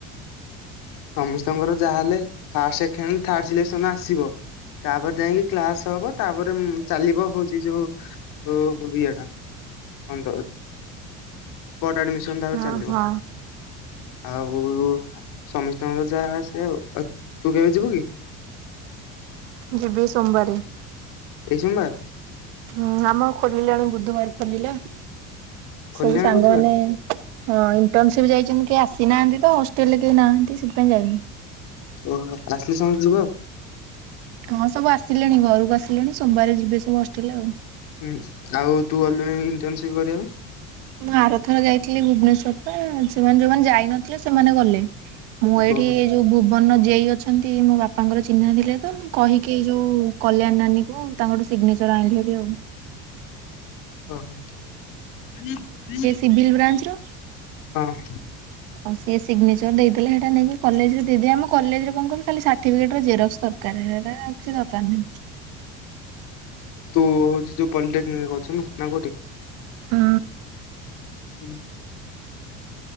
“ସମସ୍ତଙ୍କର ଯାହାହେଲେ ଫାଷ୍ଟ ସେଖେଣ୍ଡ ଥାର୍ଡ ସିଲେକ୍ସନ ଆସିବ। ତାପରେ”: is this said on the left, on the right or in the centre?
Left